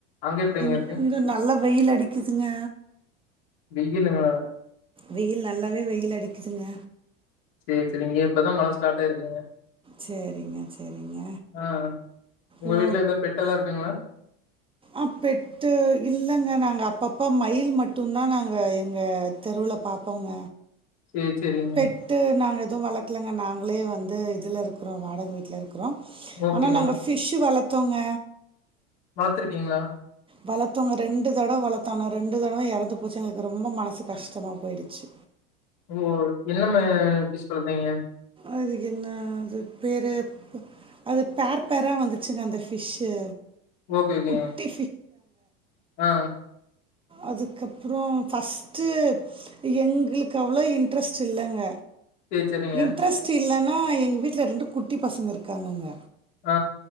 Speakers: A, on the left; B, on the right.
A: அங்க எப்டிங்க
B: இ‌ங்க
A: இருக்கு
B: இங்க நல்ல வெயில் அடிக்குதுங்க
A: வெயிலுங்களா
B: வெயில் நல்லாவே வெயில் அடிக்குதுங்க
A: சேரி சேரி இங்க இப்பதா மழ ஸ்டார்ட் ஆயிருக்குங்க
B: செரிங்க செரிங்க
A: ஆ உங்க
B: ஓ
A: வீட்ல எந்த பெட்டெல்லா இருக்குங்களா
B: அ பெட்டு இல்லங்க நாங்க அப்பப் போ மயில் மட்டுந்தா நாங்க எங்க தெருவுல பாப்போங்க
A: சேரி சேரிங்க
B: பெட்டு நாங்க எ து வளக்லங்க நாங்களே வந்து இதுல இருக்குறோ வாடக வீட்ல இரு க்குறோ
A: ஓகேங்க
B: ஆனா நாங்க ஃபிஷ்ஷு வள த்தோங்க
A: பாத்துருக்கீங்ளா
B: வளத்தோங்க ரெண்டு தடவ வளத்தோ ஆனா ரெண்டு தடவ எறந்து போச்சு எங்ளுக்கு ரொம்ப மனசு கஷ்டமா போயிடு ச்சு
A: ஓ என்ன மாரியான ஃபிஷ் வளத்தீங்க?
B: அதுகென்ன அது பேரு அது பேர் பேரா வந்துச்சுங்க அந்த ஃபிஷ்ஷு
A: ஓகே ஓகேங்க
B: குட்டி
A: ஆ
B: அதுக்கப்றொ ஃபர்ஸ்ட்டு எங்ளுக்கு அவ்ளா இன்ட்ரெஸ்ட் இல்லங்க
A: சேரி சேரிங்க
B: இன்ட்ரெஸ்ட் இல்ல னா எங்க வீட்ல ரெண்டு குட்டி பசங்க இருக்காங்கங்க
A: ஆ